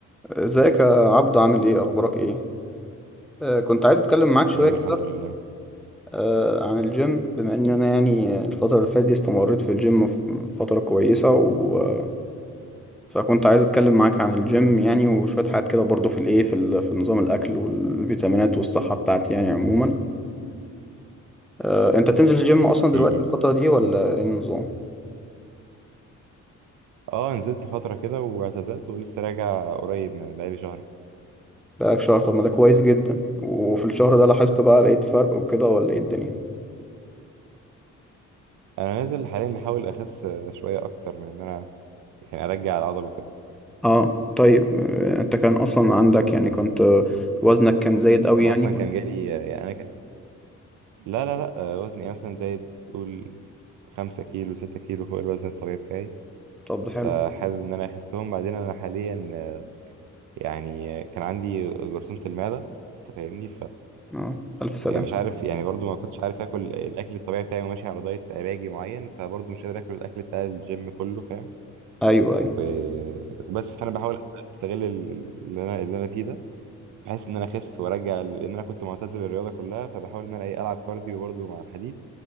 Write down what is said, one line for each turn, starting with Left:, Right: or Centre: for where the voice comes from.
Centre: ازيك يا عبدو عامل ايه اخبارك ايه آه كنت عايز اتكلم معاك شويه
Right: تمام
Centre: كده
Right: الحمد لله
Centre: آه عن الجيم بما ان انا يعني الفتره اللي فاتت دي استمريت في الجيم ف- فتره كويسه و... آه، فكنت عايز اتكلم معاك عن الجيم يعني وشويه حاجات كده برضو في الايه في, ال... في نظام الاكل والفيتامينات والصحه بتاعتي يعني عموما آه انت بتنزل الجيم اصلا دلوقتي
Right: امم
Centre: الفتره دي ولا ايه النظام
Right: اه نزلت فترة كده واعتزلت ولسه راجع قريب من بقالي شهر كده
Centre: بقالك شهر طب ما ده كويس جدا وفي الشهر ده لاحظت بقى لقيت فرق وكده ولا ايه الدنيا
Right: انا نازل حاليا بحاول اخس آه، شوية اكتر من ان انا يعني ارجع العضل وكده
Centre: اه طيب آه، انت كان اصلا عندك يعني كنت آه، وزنك كان زايد قوي
Right: انا
Centre: يعني
Right: اصلا كان جالي آه، يعني انا ك... لا لا لا آه، وزني مثلا زايد تقول خمسة كيلو ستة كيلو فوق الوزن الطبيعي بتاعي
Centre: طب
Right: فحابب
Centre: ده حلو
Right: ان انا اخسهم بعدين انا حاليا آه، يعني آه، كان عندي جرثومة المعدة انت فاهمني
Centre: اه الف سلام
Right: يعني مش عارف يعني برضو ما كنتش عارف اكل الاكل الطبيعي بتاعي وماشي على دايت علاجي معين فبرضو مش قادر اكل الاكل بتاع الجيم كله فاهم
Centre: ايوه ايوه
Right: و... وبس فانا بحاول أست- استغل ال- ال- اللي انا اللي انا فيه ده بحيث ان انا اخس وارجع ل- لان انا كنت معتزل الرياضه كلها فبحاول ان انا ايه العب كارديو برضو مع الحديد